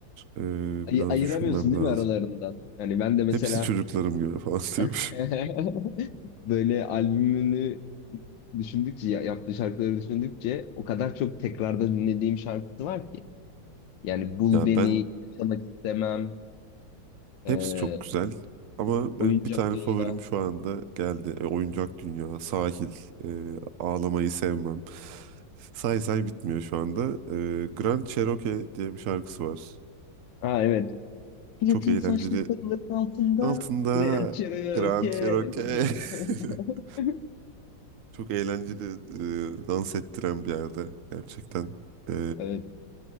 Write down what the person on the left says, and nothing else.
Ay-
ayıramıyorsun
değil
mi aralarından? Yani ben de mesela
<laughs> böyle albümünü düşündükçe ya- yaptığı şarkıları düşündükçe o kadar çok tekrarda dinlediğim şarkısı var ki. Yani Bul
Beni,
Yaşamak İstemem, e,
Oyuncak
Dünya.
Ha evet. Platin
saçlı karıların altında
Grand Cherokee.
Yani.
<laughs>
Evet.